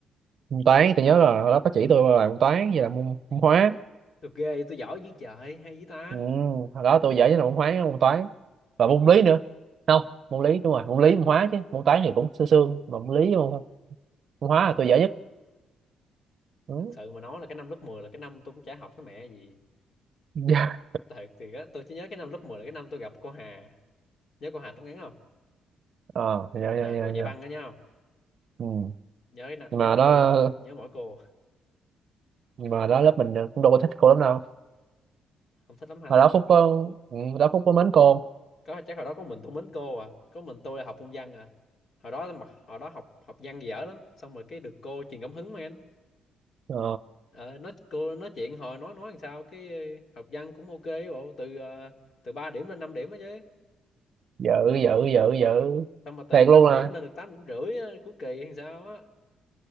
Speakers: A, on the right; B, on the left.
A: môn toán tôi nhớ là hồi đó có chỉ tôi là môn toán vậy là môn, môn hóa
B: tôi ghê vậy, tôi giỏi dữ trời hay dữ ta
A: ừ, hồi đó tôi giỏi nhất là môn hóa môn toán và môn lý nữa không môn lý đúng rồi môn lý môn hóa chứ môn toán thì cũng sương sương mà môn lý với môn, môn hóa là tôi giỏi nhất ừ.
B: thật sự mà nói là cái năm lớp 10 là cái năm tôi cũng chả học cái mẹ gì
A: <laughs> dạ
B: thật thì á, tôi chỉ nhớ cái năm lớp 10 là cái năm tôi gặp cô Hà nhớ cô Hà tóc ngắn không
A: ờ dạ dạ
B: à,
A: dạ
B: cô dạy
A: dạ
B: văn đó nhớ không
A: ừ.
B: nhớ cái nào-
A: nhưng
B: nhớ
A: mà đó
B: tôi nhớ mỗi cô
A: nhưng mà đó lớp mình cũng đâu có thích cô lắm đâu
B: không thích lắm hả
A: mà
B: ta
A: đó Phúc có ừ, đó Phúc có mến cô
B: có chắc hồi đó có mình tôi mến cô à có mình tôi là học môn văn à hồi đó mà hồi đó học học văn dở lắm xong rồi cái được cô truyền cảm hứng mà
A: ờ
B: Ờ, nói cô nói chuyện hồi nói nói làm sao cái ờ, học văn cũng ok ấy bộ từ ờ, từ 3 điểm lên 5 điểm á chứ
A: dữ dữ dữ dữ
B: xong mà từ
A: thiệt
B: 5
A: luôn
B: điểm
A: à
B: lên được 8 điểm rưỡi á, cuối kỳ làm sao á